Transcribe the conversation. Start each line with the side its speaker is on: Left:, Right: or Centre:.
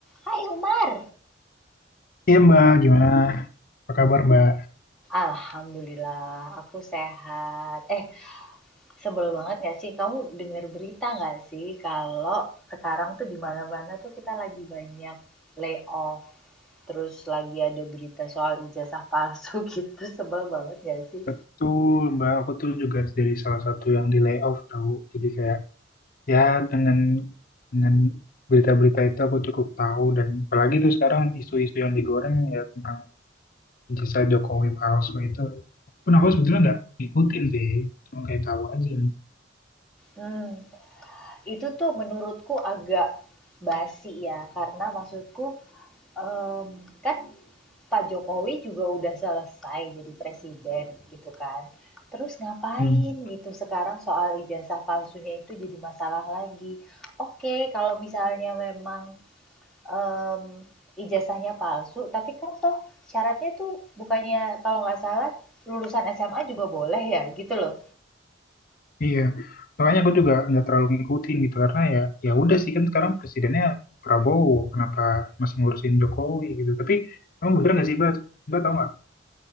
Centre: Hai Umar.
Left: Iya Mbak, gimana? Apa kabar Mbak?
Centre: Alhamdulillah, aku sehat. Eh, sebel banget gak sih? Kamu denger berita gak sih kalau sekarang tuh di mana-mana tuh kita lagi banyak layoff. Terus lagi ada berita soal ijazah palsu <laughs> gitu. Sebel banget gak sih?
Left: Betul Mbak, aku tuh juga dari salah satu yang di layoff tahu. Jadi kayak ya dengan dengan berita-berita itu aku cukup tahu dan apalagi tuh sekarang isu-isu yang digoreng ya tentang jasa Jokowi palsu itu. Pun aku sebetulnya nggak ngikutin sih, cuma kayak tahu aja.
Centre: Hmm, itu tuh menurutku agak basi ya, karena maksudku em, kan Pak Jokowi juga udah selesai jadi presiden gitu kan. Terus ngapain
Left: Hmm.
Centre: gitu sekarang soal ijazah palsunya itu jadi masalah lagi. Oke, kalau misalnya memang em, ijazahnya palsu, tapi kan toh syaratnya tuh bukannya kalau nggak salah lulusan SMA juga boleh ya gitu loh.
Left: Iya, makanya aku juga nggak terlalu ngikutin gitu karena ya ya udah sih kan sekarang presidennya Prabowo, kenapa masih ngurusin Jokowi gitu? Tapi kamu bener nggak sih, Mbak? Mbak tahu nggak?